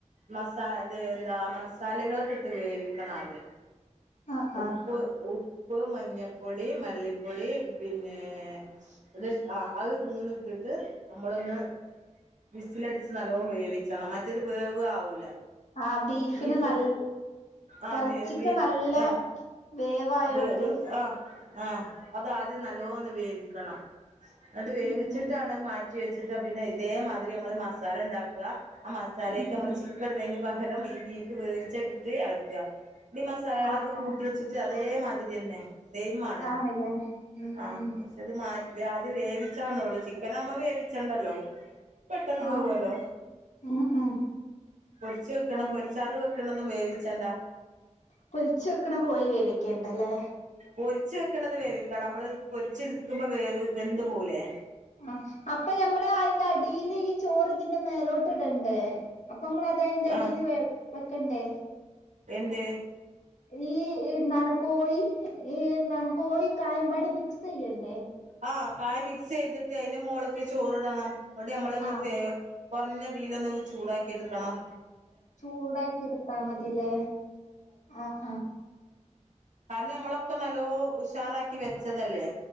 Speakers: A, on the right; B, on the left.
A: മസാ ത് ന്താ... മസാലകളൊക്കെട്ട് വേവിക്കണം ആദ്യം
B: ആഹ്
A: ഉപ്പ്
B: ആഹ്
A: ഉപ്പ് ഉപ്പ്, മഞ്ഞപ്പൊടി, മല്ലിപ്പൊടി പിന്നേ ഒര് അ അമൂന്ന്ട്ട്ട്ട് ട്ട് നമ്മളൊന്ന് വിസിലടിച്ച് നല്ലോം വേവിച്ചണം മറ്റേത് വേവ് ആവൂല.
B: ആഹ് ബീഫിന്
A: ബീഫ്
B: നൽ
A: ആഹ്
B: ഇറച്ചിക്ക്
A: ബെയ് ബീഫ്
B: നല്ല
A: അ
B: വേവായോണ്ട്
A: വെവ് അ. അ അതാആദ്യം നല്ലോന്ന് വേവിക്കണം ന്ന്ട്ട് വേവിച്ചിട്ടാണ്
B: ഉം
A: അമാറ്റി റ്റി വെച്ചിട്ടാ.. പിന്നെ ഇതേമാതിരി നമ്മള് മസാലണ്ടാക്കാ അ മസാലേക്ക്‌
B: ഉം
A: ചിക്കട്ണേന് പകരം ഈ ബീഫ് വേവിച്ചട്ട്ട്ട് എളക്കാ.. ഈ മസാലകളൊക്കെ
B: ആഹ് ആഹ്
A: കൂട്ട ട്ടിറ്റ് അതേമാതിരിയെന്നേ സെയ്മാണ്
B: ആണല്ലേ ഉം
A: അ
B: ഉം
A: ഷെത് വ്യാതി വേവിച്ചാണൊള്ളൂ ചിക്കനാവുമ്മ വേവിച്ചണ്ടല്ലോ പെട്ടന്ന്
B: ആഹ്
A: വേവല്ലോ
B: ഉം ഉം
A: പൊരിച്ച് വെക്ക്‌ണ്
B: അല്ല
A: പൊരിച്ചാതെ വെക്ക്‌ണതും വേവിച്ചണ്ടാ....
B: പൊരിച്ച് വെക്ക്‌ണ കോയി വേവിക്കണ്ടല്ലേ..
A: പൊരിച്ച് വെക്ണത് വേവിക്കന നമ്മള് പൊരിചിട്ക്കുമ്പൊ വേവ് വെന്ത് പോവൂലേ...
B: ആ അപ്പഞമ്മള് അയ്ന്റടീല് ഈ ചോറ്തിന്റെ മേലോട്ട്ടണ്ടേ അപ്പമ്മള് അത് അയ്ന്റടീല്
A: ആഹ്
B: വ വെക്കണ്ടേ
A: എന്ത്
B: ഈ.. എന്നാണ്. കോയി ഏ.. ന്താണ് കോയും കായമ്പാടം വെച്ച് ചെയ്യണ്ടേ...
A: അ കായ മിക്സെയ്തിട്ട് അയ്ന്റെ മോള്ക്ക്‌ ഇ ചോറ്ടണം അവ്ടമ്മളൊന്ന്
B: ആഹ്
A: കുറഞ്ഞതീലൊന്ന് ചൂടാക്കിട്ക്കണം
B: ചൂടാക്കിട്ത്താമതിലെ അ അ
A: കാരണമ്മളൊക്കെ നല്ലോ ഉഷാറാക്കി വെച്ചതല്ലെ